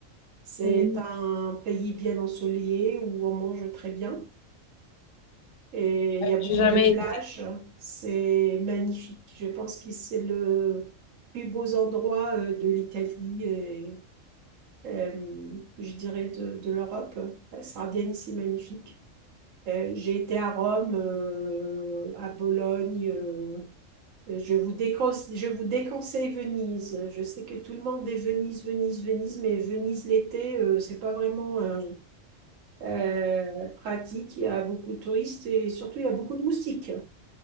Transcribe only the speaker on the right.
C'est
un pays bien ensoleillé où on mange très bien. Et il y a beaucoup
de plages.
C'est magnifique. Je pense que c'est le plus beau endroit euh, de l'Italie et euh, je dirais de, de l'Europe. La Sardaigne, c'est magnifique. Euh, j'ai été à Rome, euh, à Bologne. euh, je vous déconseille, je vous déconseille Venise. Je sais que tout le monde dit Venise, Venise, Venise, mais Venise l'été, euh, c'est pas vraiment euh, euh, pratique. Il y a beaucoup de touristes et surtout il y a beaucoup de moustiques.